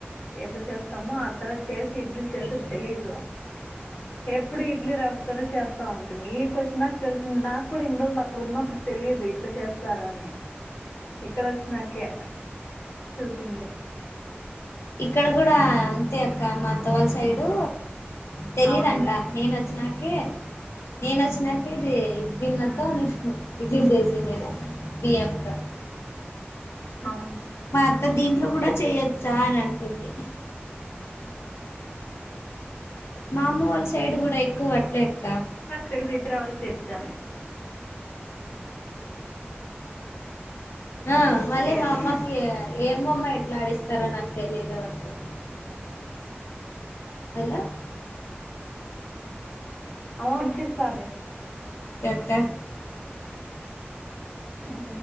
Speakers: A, on the left; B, on the left.
A: ఎట్లా చేస్తామో ఆ తరత చేసి ఇడ్లీల్ చేస్తే
B: ఇడ్లీ
A: తెలీదు ఎప్పుడు ఇడ్లీ రవ్వతోనే చేస్తా ఉంటిమి ఇడికి వచ్చినాక తెలిసింది నాకు క్కూడా ఇన్ని రోజులు అక్కడ ఉన్నప్పుడు తెలిదు ఇట్లా చేస్తారు అని ఇక్కడ వచ్చినాకే చూసింది
B: ఇక్కడ కూడా అంతే అక్క మా అత్త వాళ్ళ సైడు తెలీదంటా
A: అవునులే
B: నేను వచ్చినాకే నేను వచ్చినాకే ఇది దీన్లతో
A: మ్మ్
B: నేను ఇడ్లీ చేసిండేది బియ్యంతో
A: అవ్ అండి
B: మా అత్త దీంట్లో కూడా చేయొచ్చా అని అంటుంది మా అమ్మ వాళ్ళ సైడ్ కూడా ఎక్కువ అట్లే అక్క
A: తెలుదు ఇడ్లీ రవ్వని తెచ్చానే
B: ఆ మళ్ళీ
A: ఏమి
B: మా అమ్మకి ఏమో అమ్మ ఎట్లా ఆడిస్తారో నాకు తెలీదు అంటుంది అలా
A: ఆ ఆడిస్తాలే
B: త త్త
A: ఉ